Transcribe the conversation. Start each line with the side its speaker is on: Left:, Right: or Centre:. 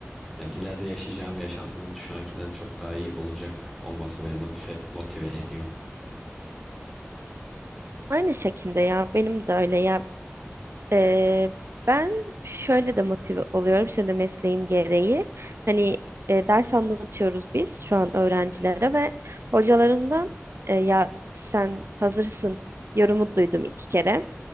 Centre: yani ileride yaşayacağım yaşantının şu ankinden çok daha iyi olacak olması beni motive, motive ediyor.
Right: Aynı şekilde ya benim de öyle ya. E, ben şöyle de motive oluyorum şimdi mesleğim gereği. Hani e, ders anlatıyoruz biz şu an öğrencilere ve hocalarımdan e, ya sen hazırsın yorumu duydum iki kere.